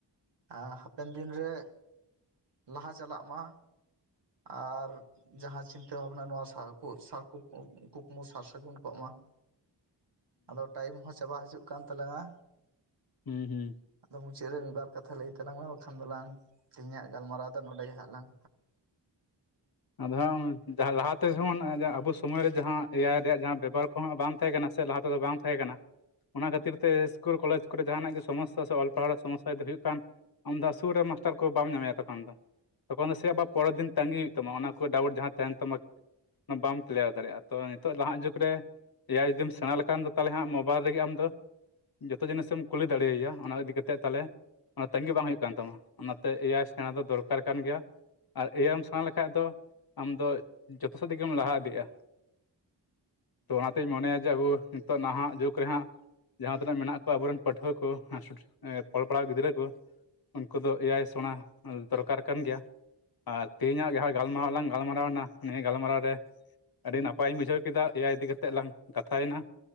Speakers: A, on the right; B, on the left.
A: ᱟᱨ ᱦᱟᱯᱮᱱ ᱫᱤᱱ ᱨᱮ᱾ ᱞᱟᱦᱟ ᱪᱟᱞᱟᱜ ᱢᱟ ᱟᱨ ᱡᱟᱦᱟᱸ ᱪᱤᱱᱛᱟ ᱵᱷᱟᱵᱱᱟ ᱱᱚᱶᱟ ᱥᱟᱨ ᱠᱩ ᱠᱩᱠᱢᱩ ᱥᱟᱨ ᱥᱟᱹᱜᱩᱱ ᱠᱚᱜ ᱢᱟ ᱟᱫᱚ ᱴᱟᱭᱤᱢ ᱦᱚᱸ ᱪᱟᱵᱟ ᱦᱤᱡᱩᱜ ᱠᱟᱱ ᱛᱟᱞᱟᱝᱟ
B: ᱦᱩᱸ ᱦᱩᱸ
A: ᱟᱫᱚ ᱢᱩᱪᱟᱹᱫ ᱨᱮ ᱢᱤᱫ ᱵᱟᱨ ᱠᱟᱛᱷᱟ ᱞᱟᱹᱭ ᱛᱟᱞᱟᱝ ᱢᱮ ᱵᱟᱠᱷᱟᱱ ᱫᱚ ᱞᱟᱝ ᱛᱮᱦᱤᱧᱟᱜ ᱜᱟᱞᱢᱟᱨᱟᱣ ᱫᱚ ᱱᱚᱰᱮ ᱜᱮ ᱦᱟᱸᱜ ᱞᱝ
B: ᱟᱫᱚ ᱞᱟᱦᱟ ᱛᱮ ᱡᱮᱢᱚᱱ ᱟᱵᱚ ᱥᱚᱢᱚᱭ ᱨᱮ ᱡᱟᱦᱟᱸ ᱮᱭᱟᱭ ᱨᱮᱭᱟᱜ ᱡᱟᱦᱟᱸ ᱵᱮᱵᱟᱨ ᱠᱚ ᱦᱟᱸᱜ ᱵᱟᱝ ᱛᱟᱦᱮᱸ ᱠᱟᱱᱟ ᱥᱮ ᱞᱟᱦᱟ ᱛᱮ ᱫᱚ ᱵᱟᱝ ᱛᱟᱦᱮᱸ ᱠᱟᱱᱟ ᱚᱱᱟ ᱠᱷᱟᱹᱛᱤᱨ ᱛᱮ ᱤᱥᱠᱩᱞ ᱠᱚᱞᱮᱡᱽ ᱠᱚᱨᱮ ᱡᱟᱦᱟᱱᱟᱜ ᱜᱮ ᱥᱚᱢᱚᱥᱥᱟ ᱥᱮ ᱚᱞ ᱯᱟᱲᱦᱟᱜ ᱥᱚᱢᱚᱥᱟ ᱡᱩᱫᱤ ᱦᱩᱭᱩᱜ ᱠᱟᱱ᱾ ᱟᱢᱫᱚ ᱥᱠᱩᱨ ᱨᱮ ᱢᱟᱥᱴᱟᱨ ᱠᱚ ᱵᱟᱢ ᱧᱟᱢᱮᱭᱟ ᱛᱚᱠᱷᱚᱱ ᱫᱚ ᱛᱚᱠᱷᱚᱱ ᱫᱚ ᱥᱮ ᱟᱵᱟᱨ ᱯᱚᱨᱮᱨ ᱫᱤᱱ ᱛᱟᱸᱜᱤ ᱦᱩᱭᱩᱜ ᱛᱟᱢᱟ ᱛᱟᱢᱟ ᱚᱱᱟ ᱠᱚ ᱰᱟᱣᱩᱴ ᱡᱟᱦᱟᱸ ᱛᱟᱦᱮᱱ ᱛᱟᱢᱟ ᱚᱱᱟ ᱵᱟᱢ ᱠᱞᱤᱭᱟᱨ ᱫᱟᱲᱮᱭᱟᱜᱼᱟ᱾ ᱛᱚ ᱱᱤᱛᱚᱜ ᱱᱟᱦᱟᱜ ᱡᱩᱜᱽ ᱨᱮ ᱮᱭᱟᱭ ᱡᱩᱫᱤᱢ ᱥᱮᱬᱟ ᱞᱮᱠᱷᱟᱱ ᱫᱚ ᱛᱟᱦᱚᱞᱮ ᱦᱟᱸᱜ ᱢᱳᱵᱟᱭᱤᱞ ᱨᱮᱜᱮ ᱟᱢ ᱫᱚ ᱡᱚᱛᱚ ᱡᱤᱱᱤᱥ ᱮᱢ ᱠᱩᱞᱤ ᱫᱟᱲᱮ ᱭᱟᱭᱟ ᱚᱱᱟ ᱤᱫᱤ ᱠᱟᱛᱮ ᱛᱟᱦᱚᱞᱮ ᱚᱱᱟ ᱛᱟᱜᱤ ᱵᱟᱝ ᱦᱩᱭᱩᱜ ᱠᱟᱱ ᱛᱟᱢᱟ ᱚᱱᱟ ᱛᱮ ᱮᱭᱟᱭ ᱥᱮᱬᱟ ᱫᱚ ᱫᱚᱨᱠᱟᱨ ᱠᱟᱱ ᱜᱮᱭᱟ ᱟᱨ ᱮᱭᱟᱭ ᱮᱢ ᱥᱮᱬᱟ ᱞᱮᱠᱷᱟᱱ ᱵᱟᱠᱷᱟᱡ ᱫᱚ ᱟᱢ ᱫᱚ ᱡᱚᱛ ᱥᱮᱫ ᱛᱮᱜᱮᱢ ᱞᱟᱦᱟ ᱤᱫᱤᱜᱼᱟ ᱚᱱᱟ ᱛᱤᱧ ᱢᱚᱱᱮᱭᱟ ᱡᱮ ᱟᱵᱚ ᱱᱤᱛᱚᱜ ᱱᱟᱦᱟᱜ ᱡᱩᱜᱽ ᱨᱮᱦᱟᱸᱜ ᱡᱟᱦᱟᱸ ᱛᱤᱱᱟᱹᱜ ᱢᱮᱱᱟᱜ ᱠᱚᱣᱟ ᱟᱵᱚᱨᱮᱱ ᱯᱟᱹᱴᱷᱩᱣᱟᱹ ᱠᱚ ᱚᱞᱚᱜ ᱯᱟᱲᱦᱟᱣ ᱜᱤᱫᱽᱨᱟᱹ ᱠᱚ᱾ ᱩᱱᱠᱩ ᱫᱚ ᱮᱭᱟᱭ ᱥᱮᱬᱟ ᱫᱚᱨᱠᱟᱨ ᱠᱟᱱ ᱜᱮᱭᱟ ᱟᱨ ᱛᱮᱦᱮᱧᱟᱜ ᱡᱟᱦᱟᱸ ᱜᱟᱞᱢᱟᱨᱟᱣ ᱞᱟᱝ ᱜᱟᱞᱢᱟᱨᱟᱣ ᱮᱱᱟ ᱱᱤᱭᱟᱹ ᱜᱟᱞᱢᱟᱨᱟᱣ ᱨᱮ, ᱟᱹᱰᱤ ᱱᱟᱯᱟᱭ ᱤᱧ ᱵᱩᱡᱷᱟᱹᱣ ᱠᱮᱫᱟ ᱮᱭᱟᱭ ᱤᱫᱤ ᱠᱟᱛᱜ ᱞᱟᱝ ᱠᱟᱛᱷᱟᱭ ᱱᱟ᱾